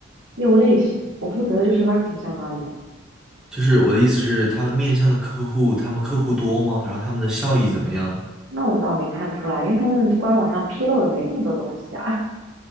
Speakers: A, on the right; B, in the centre.
A: 业务类型。我负责的就是 marketing 相关的，
B: 就是我的意思是，他们面向的客户，他们客户多吗？然后他们的效益怎么样？
A: 那我倒没看出来，因为他们官网上披露的没这么多东西啊。